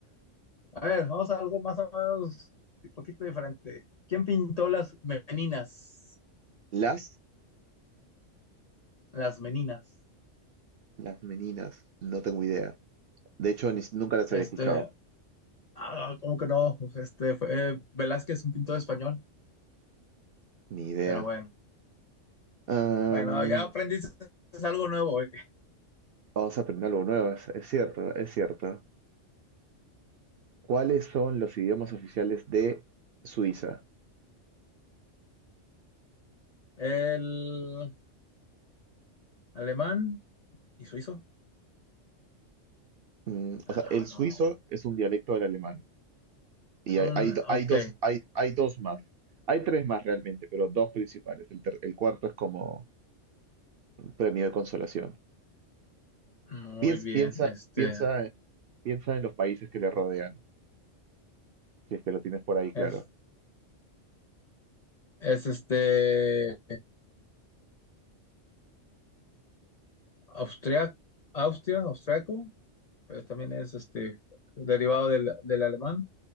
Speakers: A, on the left; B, on the right.
A: A ver, vamos a algo más o menos un poquito diferente. ¿Quién pintó las meninas?
B: Las,
A: Las meninas.
B: las meninas. No tengo idea. De hecho, ni- si, nunca las
A: Este,
B: había escuchado.
A: ah, ¿cómo que no? Pues, Este fue Velázquez, un pintor español,
B: Ni idea.
A: pero bueno.
B: Am,
A: Bueno, ya aprendiste algo nuevo. hoy.
B: vamos a aprender algo nuevo. Es, es cierto, es cierto. ¿Cuáles son los idiomas oficiales de Suiza?
A: El alemán y suizo.
B: Mm,
A: Ah,
B: o sea, el
A: no.
B: suizo es un dialecto del alemán. Y
A: Un-
B: hay, hay,
A: ok,
B: hay dos, hay, hay dos más. Hay tres más realmente, pero dos principales. El, ter- el cuarto es como un premio de consolación.
A: muy
B: Piensa,
A: bien.
B: piensa,
A: Este
B: piensa, piensa en los países que le rodean, si es que lo tienes por ahí, claro.
A: es, es este austria, Austria, austriaco. pues también es este derivado del, del alemán,